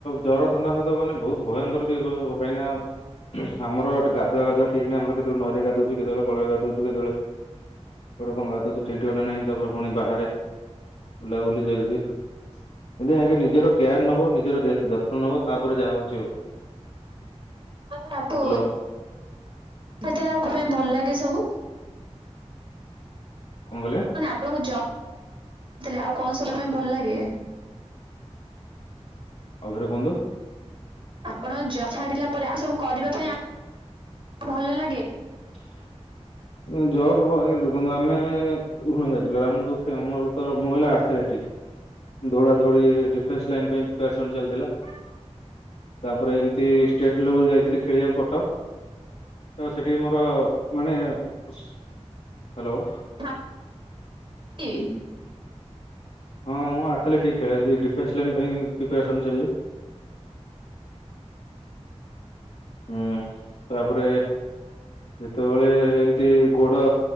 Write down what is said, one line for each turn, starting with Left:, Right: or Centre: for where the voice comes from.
Left: ଜର ଥଣ୍ଡା ସହିତ ମାନେ ବୋହୁତ ଭୟଙ୍କର ବି <unintelligible> କାହିଁକି ନା ଆମର ଟି ଗାଧୁଆ ଫାଧୁଆ ଠିକ୍ ନାହିଁ ଆମର କେତୋବୋଳେ ନଈରେ ଗାଧୋଉଚୁ କେତୋବୋଳେ କଳରେ ଗଧୋଚୁ କେତୋବୋଳେ କୁଆଡେ କଁ ଗାଧୋଉଚୁ ଠିକ୍ ଠିକଣା ନାଇଁ ତାପରେ ଫୁଣି ବାହାରେ ବୁଲାବୁଲି ଚାଲିଚି। <unintelligible> ନିଜର କେୟାର ନବ ନିଜର <unintelligible> ଯତ୍ନ ନବ ତାପରେ ଯାହା ହୋଉଚି ହୋଉ।
Right: ଆଉ
Left: ହ୍ୟାଲୋ
Right: <unintelligible> <unintelligible> ଆଉ କଁ ପାଇଁ ଭଲ ଲାଗେ ସବୁ।
Left: କଁ କହିଲେ।
Right: ମାନେ ଆପଣଙ୍କୁ ଜ ଥିଲେ ଆଉ କଁ <unintelligible> ପାଇଁ ଭଲ ଲାଗେ।
Left: ଆଉ ଥରେ କୁହନ୍ତୁ।
Right: ଆପଣଙ୍କ ଜ ଛାଡ଼ିଲା ପରେ ଆଉ ସବୁ କରିବା ପାଇଁ <unintelligible> ଭଲ ଲାଗେ।
Left: <inaudible> ଜବ୍ ଆଜ୍ଞା ଦେଖନ୍ତୁ ଆମେ <unintelligible> ମୁଁ ହେଲେ <unintelligible> ଧୌଡା ଧୌଡି ଡିଫେନ୍ସ ଲାଇନ୍ ପାଇଁ ପ୍ରିପାରେସନ୍ ଚାଲିଥିଲା। ତାପରେ ଏମତି ଷ୍ଟେଟ୍ ଲେବୁଲ୍ ଯାଇଥିଲେ ଖେଳିବାକୁ କଟକ। ତ ସେଠି ବି ମୋରୋ ମାନେ ହାଲୋ।
Right: <unintelligible>
Left: ହଁ ମୁଁ ଆର୍ଥଲେଟିକ୍ ଖେଳି ଦି ଡିଫେନ୍ସ ଲାଇନ୍ ପାଇଁ ପ୍ରିପାରେସନ୍ <unintelligible> ହୁଁ ତାପରେ ଯେତୋବୋଳେ ଏମିତି ଗୋଡ଼